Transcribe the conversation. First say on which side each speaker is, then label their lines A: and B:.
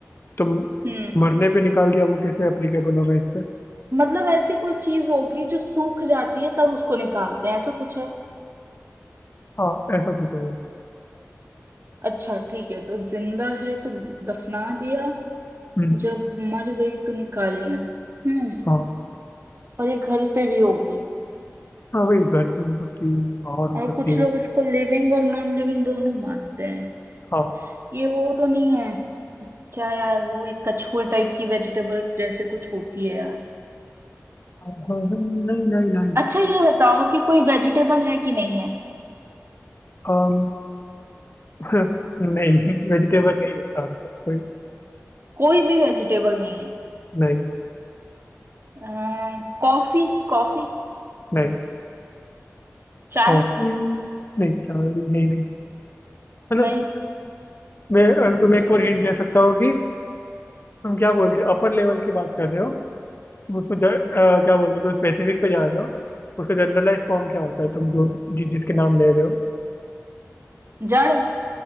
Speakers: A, on the left; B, on the right.
A: तुम
B: हम्म
A: मरने पे निकाल दिया वो कैसे एप्लीकेबल होगा इस पे
B: मतलब ऐसी कोई चीज होगी जो सूख जाती है तब उसको निकालते हैं ऐसा कुछ है
A: हाँ ऐसा कुछ है ये।
B: अच्छा ठीक है तो जिंदा है तो दफना दिया
A: हम्म
B: जब मर गई तो निकाल लिया हम्म
A: हाँ
B: और ये घर पे भी होगी
A: हाँ वही घर पे हो सकती है बाहर हो
B: और
A: सकती
B: कुछ
A: है
B: लोग इसको लिविंग और नॉन लिविंग दोनों मानते हैं
A: हाँ
B: ये वो तो नहीं है क्या यार वो एक कछुए टाइप की वेजिटेबल जैसे कुछ होती है यार
A: हाँ, हाँ, हाँ, नहीं नहीं नहीं नहीं
B: अच्छा ये बताओ कि कोई वेजिटेबल है कि नहीं है
A: अम, <laughs> नहीं वेजिटेबल नहीं है इसका आंसर कोई
B: कोई भी वेजिटेबल नहीं है
A: नहीं
B: अ, Coffee coffee
A: नहीं
B: चाय
A: कॉफी नहीं चाय नहीं नहीं मतलब
B: नहीं
A: मैं अगर तुम्हें एक और हिंट दे सकता हूँ कि तुम क्या बोलते हो अपर लेवल की बात कर रहे हो तुम उसको ज, अ, क्या बोल रहे हो तुम स्पेसिफिक पे जा रहे हो उसका जनरलाइज फॉर्म क्या होता है तुम जो जि, जिसके नाम ले रहे हो
B: जड़ अ,